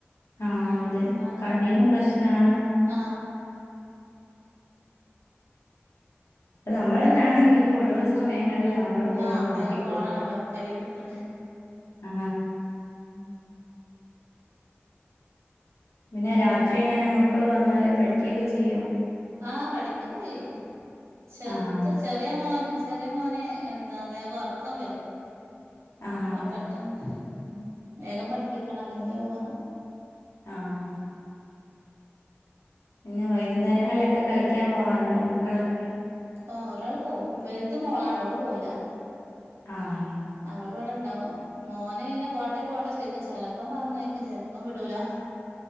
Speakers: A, on the left; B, on the right.
A: ആഹ് അതെ
B: മരണൊക്ക
A: കണ്ണിനും പ്രശ്നാണ്
B: ആ
A: ഇപ്പനമ്മളെന്നാണെങ്കും ഇപ്പൊഴിവ് സമയങ്ങളിൽ നമ്മള് ഫോണ്
B: ആഹ്
A: നോക്കിപ്പോകും
B: വേഗം ഫോണാണല്ലോ കയ്യിലെടുക്കണ
A: ആ
B: ഉം
A: പിന്നെ രാത്രിയെങ്ങനെ മക്കള് വന്നാല് പഠിക്കയൊക്കെചെയ്യോ
B: ആഹ് പഠിക്കയൊക്കെചെയ്യോ ചെറുത്
A: ആഹ്
B: ചെറിയമോൻ ചെറിയ മോന് എന്താ വേഗം ഉറക്കംവരും
A: ആഹ്
B: ആ പെട്ടന്ന് ഉം വേഗം പഠപ്പിക്കണം അല്ലെങ്കി വേഗോറങ്ങും
A: ആ-ഹ പിന്നെ വൈകുന്നേരങ്ങളിലൊക്കെ കളിക്കാൻപോവാറുണ്ടോ മക്കളൊക്കെ
B: ആ ഒരാള്പോകും വലുത് മോളാണ് അവള് പോവുല
A: ആഹ്
B: അവൾ ഇണ്ടാവും മോന് പിന്നെ പോട്ടെപ്പോട്ടെ ചോദിക്കും ചെലപ്പം പറഞ്ഞയക്കും ചെലപ്പം വിടൂല